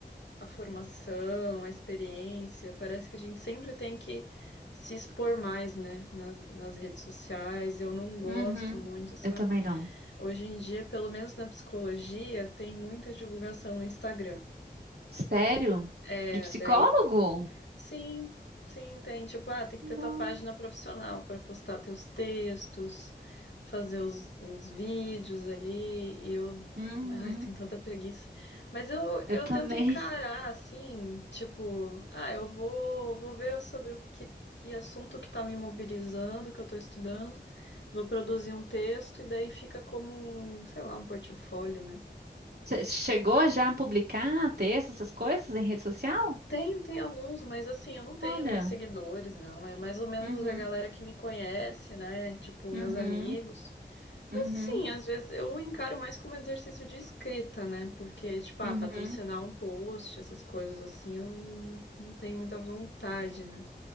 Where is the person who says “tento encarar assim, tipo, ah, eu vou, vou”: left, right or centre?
Left